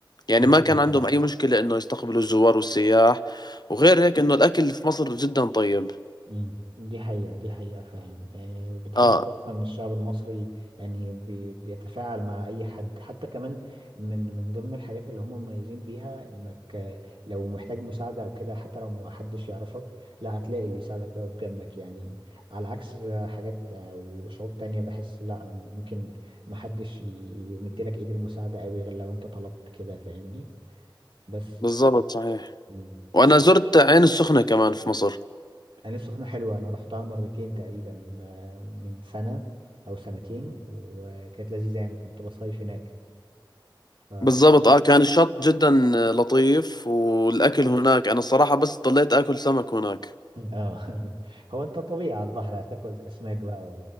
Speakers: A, on the left (about 55°); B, on the right (about 85°).
A: يعني
B: جدا
A: ما كان
B: مم.
A: عندهم أي مشكلة إنه يستقبلوا الزوار والسياح وغير هيك إنه الأكل في مصر جدا طيب
B: مم. دي حقيقة دي حقيقة فعلا آه بتحس
A: آه
B: أصلا الشعب المصري يعني بي بيتفاعل مع أي حد حتى كمان من من ضمن الحاجات اللي هم مميزين بيها إنك آه، لو محتاج مساعدة أو كده حتى لو محدش يعرفك لا هتلاقي اللي يساعدك ويقف جنبك يعني على عكس حاجات أو شعوب تانية بحس لا ممكن محدش ي- يمدلك إيد المساعدة أوي غير لو أنت طلبت كده فاهمني بس
A: بالضبط صحيح
B: مم.
A: وأنا زرت عين السخنة كمان في مصر
B: عين السخنة حلوة أنا رحتها مرتين تقريبا آه، من سنة أو سنتين وكانت لذيذة يعني كنت بصيف هناك ف...
A: بالضبط اه كان الشط جدا لطيف والاكل هناك انا الصراحه بس ضليت اكل سمك هناك
B: اه <laughs> هو أنت طبيعي على البحر هتاكل أسماك بقى